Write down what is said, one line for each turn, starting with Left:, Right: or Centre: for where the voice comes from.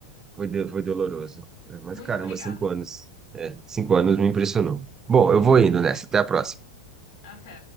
Right: foi, do- foi doloroso. É, Mas
Left: Muito
Right: caramba,
Left: obrigada.
Right: cinco anos. É, cinco anos me impressionou. Bom, eu vou indo nessa. Até a próxima.
Left: Até.